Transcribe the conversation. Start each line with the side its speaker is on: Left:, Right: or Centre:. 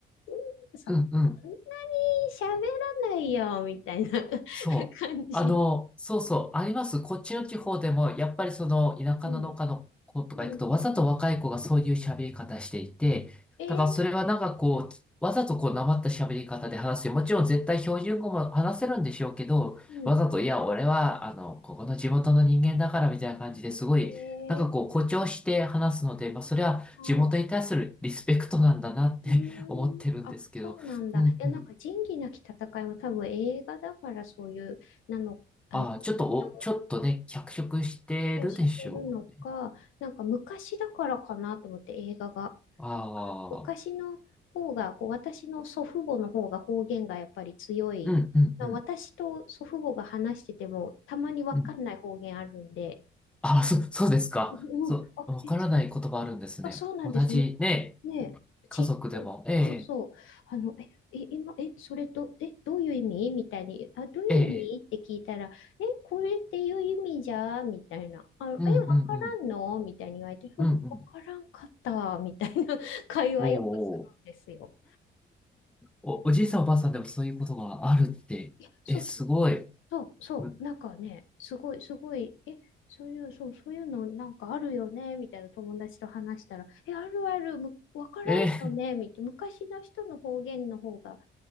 Left: うんそ、そんなに
Centre: うん、うん。
Left: 喋らないよみたいな <laughs>
Centre: そう。
Left: 感じ。
Centre: あの、そうそう、あります。こっちの地方でも、やっぱりその田舎の農家の子とか行くと、
Left: うん、うん。
Centre: わざと若い子がそういう喋り方していて、
Left: えー、
Centre: だからそれはなんかこう、わざとこう、なまった喋り方で話すよ。もちろん絶対標準語も話せるんでしょうけど、
Left: うん。
Centre: わざと、いや、俺は、あの、ここの地元の人間だからみたいな感じですごい、
Left: え
Centre: なんかこう、
Left: ー、
Centre: 誇張して話すので、まあ、それは地元に対するリスペクトなんだなって
Left: あー、うーん。
Centre: <laughs> 思ってるんですけど、
Left: あ、そうなんだ。
Centre: うんうん。
Left: いや、なんか仁義なき戦いも多分映画だからそういう、なの、あの、
Centre: ああ、ちょっとお、
Left: 誇張
Centre: ちょっとね、脚色してるでしょうね。
Left: をしてるのか、なんか昔だからかなと思って映画が。
Centre: ああ、
Left: あの昔の方が、こう私の祖父母の方が方言がやっぱり強い。
Centre: うん、うん、
Left: まあ私と祖父母が話しててもたまにわかんない方言あるんで、
Centre: うん、うん。ああ、そ、そうですか。
Left: うん、
Centre: そう、
Left: あ、
Centre: わからない言葉あるんですね。
Left: え、そあ、そうなんです。
Centre: 同じ、
Left: む
Centre: ね、
Left: ねえ、ち、
Centre: 家族でも、ええ、
Left: そうそう。あの、え、い今、え、それど、え、どういう意味みたいに、あ、どういう意味って聞いたら、
Centre: ええ、
Left: え、これっていう意味じゃみたいな。あの、
Centre: うん、
Left: え、わからんのみたいに言われて、
Centre: うん、うん、うん、
Left: うんわからんかった、
Centre: うん。
Left: みたいな <laughs> 会話よくするんですよ。
Centre: おうおう、お、おじいさんおばあさんでもそういうことがあるって、
Left: いや、そうそう。
Centre: え、すごい。
Left: そう、そう、
Centre: む
Left: なんかね、すごい、すごい、え、そういう、そう、そういうのなんかあるよね、みたいな友達と話したら、え、あるある、む、わからんよね、
Centre: ええ、
Left: みたいな、昔の人の方言の方が